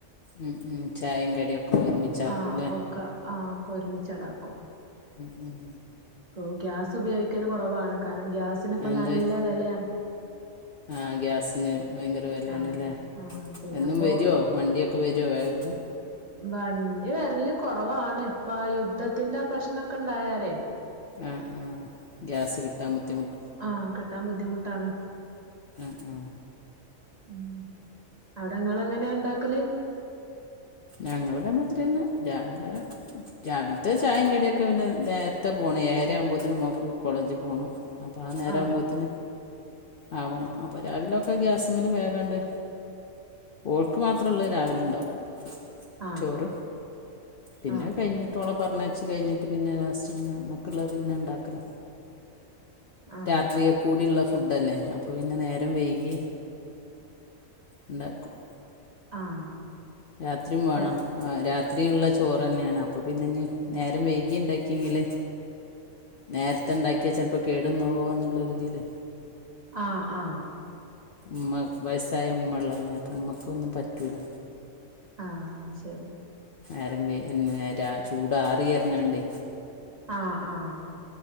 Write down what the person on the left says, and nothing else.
ഉം, ഉം. ചായയും കടിയൊക്കെ ഒരുമിച്ചാക്കൂല്ലേ
ഉം ഉം
എന്ത്
ആ ഗ്യാസിന് ഭയങ്കര വിലയാണല്ലേ
എന്നും വരുവോ വണ്ടിയൊക്കെ വരുമോ വേഗം
ആഹ് ആ ഗ്യാസ് കിട്ടാൻ ബുദ്ധിമുട്ട്
ഉം ഉം
ഞങ്ങളിതെ മാതിരി തന്നെ രാവിലെ രാവിലത്തെ ചായേംകടിയൊക്കെ പിന്നെ നേരത്തെ പോണം ഏഴര ആവുമ്പോഴത്തേനും മോക്ക് കോളേജിൽ പോണം അപ്പോം ആ നേരം
ആവുമ്പോഴത്തന് ആവണം അപ്പോൾ രാവിലൊക്കെ ഗ്യാസ്സ്മ്മല് വേഗാണ്ട് ഓൾക്ക് മാത്ര ഉള്ള രാവില ഇണ്ടാക്കും.
ചോറ് പിന്നെ
കഴിഞ്ഞിട്ടോള പറഞ്ഞയ് ച്ചി കഴിഞ്ഞിട്ട് പിന്നെ ലാസ്റ്റ് പിന്നെ മ്മക്കിള്ള പിന്നെ ഇണ്ടാക്കല
രാത്രിയെ കൂടിള്ള ഫു ഫുഡല്ലെ അപ്പോ പിന്നെ നേരം വൈകി ഇണ്ടാക്കും
രാത്രിയും വേണം
ആ രാത് ത്രിയിള്ള ചോറന്നെയാണ് അപ്പോ പിന്നെഞ്ഞി നേരം വൈഗി ഇണ്ടാക്കിയെങ്കിലെ നേരത്തെ എണ്ടാക്കിയാ ചിലപ്പോ കേടുന്നവോ എന്നുള്ളോരിതില്
ഉമ്മ വയസ്സായ ഉമ്മുള്ളല്ലേ അപ്പ ഉമ്മക്കും ഒന്നും പറ്റൂല
ആരം വെയിൽ <unintelligible> ചൂടാറിയാർന്നെന്റെ